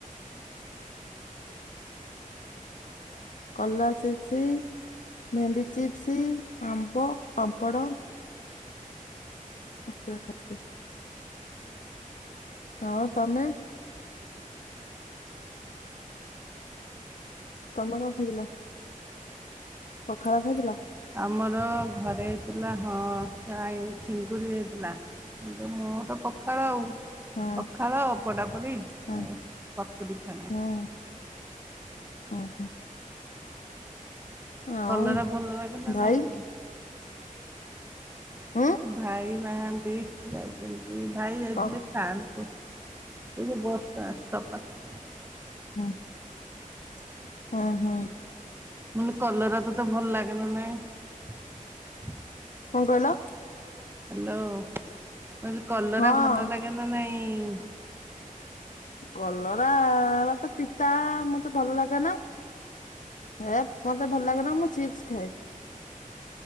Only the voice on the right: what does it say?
ଆମର ଘରେ ହେଇଥିଲା ହଁ ଚାଇଁ ଚିଙ୍ଗୁଡ଼ି ହେଇଥିଲା କିନ୍ତୁ ମୋର ପଖାଳ ଆଉ।
ପଖାଳ, ପୋଡାପୋଡ଼ି
ଆଉ ପକୁଡ଼ି ଛଣା!
କଲରା ଭଲ ଲାଗ ନା
ନାଇଁ ତବେ।
ଭାଇ ନାହା। ସେଫ୍ ଯାଇଛନ୍ତି। ଭାଇ ଯାଇଥିଲେ
ଷ୍ଟାଣ୍ଡକୁ ଏଇ ଯୋଉ ବସ ଷ୍ଟା ଷ୍ଟପ୍ ପାଖକୁ
ମାନେ କଲରା ତତେ ଭଲ ଲାଗେନ ନାଇ?
ହ୍ୟାଲୋ। ବଲେ କଲରା
ଭଲ ଲାଗେ ନା ନାଇ? ହୁଁ।